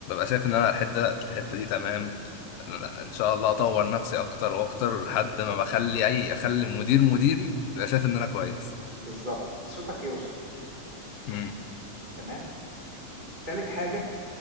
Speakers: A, on the left; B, on the right.
A: شايف ان انا الحته الحته دي تمام إن أنا ان شاء الله اطور نفسي اكتر واكتر لحد ما بخلي اي اخلي مدير مديري يبقى شايف ان انا كويس
B: بالظبط صوتك يوصل
A: امم
B: تمام تالت حاجة